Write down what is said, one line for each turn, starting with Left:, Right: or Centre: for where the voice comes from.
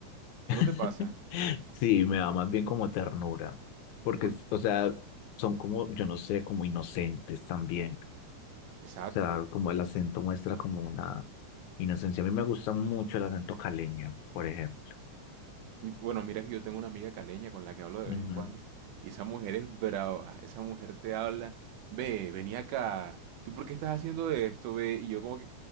Left: <laughs>
Right: ¿No te pasa?
Left: Sí, me da más bien como ternura, porque,
Right: Porque,
Left: es- o sea, son como, yo no sé, como inocentes también.
Right: exacto.
Left: O sea, como el acento muestra como una inocencia. A mí me gusta mucho el acento caleño, por ejemplo.
Right: Y, bueno, mira que yo tengo una amiga caleña con la que hablo de
Left: Ujú.
Right: vez en cuando, y esa mujer es brava, esa mujer te habla, ve, vení acá, ¿tú por qué estás haciendo esto, ve? Y yo como que...